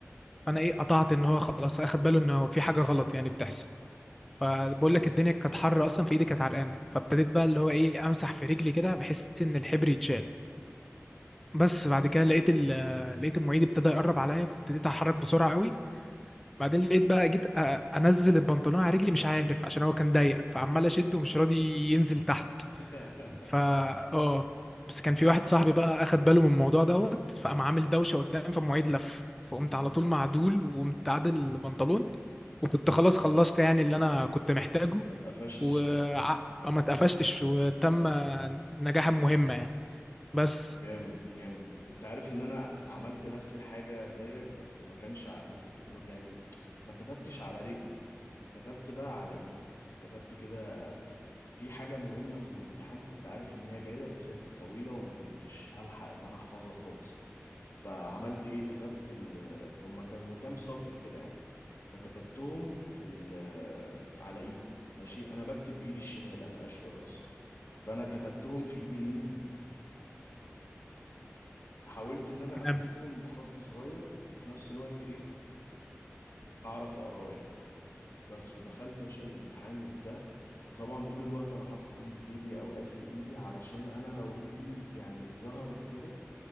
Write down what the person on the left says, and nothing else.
<laughs>
امم
ما اتقفشتش
يعني
جامد جامد انت عارف ان انا عملت نفس الحاجة زيك بس ما كانش ع- ما كتب ما- يعني ما كتبتش على رجلي كتبت بقى على ايدي كتبت كده في حاجة مهمة في الامتحان كنت عارف ان هي جاية بس هي كانت طويلة وما كنتش هلحق ان انا احفظها خالص فعملت ايه كتبت ال... هما كانوا كام سطر كده يعني فكتبتهم في ال... على ايدي ماشي انا بكتب بايدي الشمال انا اشول اصلا فانا كتبتهم في ايدي اليمين حاولت ان انا
اكتبهم بخط صغير وفي نفس الوقت ايه اعرف اقراه يعني بس ودخلت يا باشا الامتحان وبتاع فطبعا طول الوقت انا حاطط ايدي في جيبي او قافل ايدي علشان انا لو ايدي يعني ظهرت كده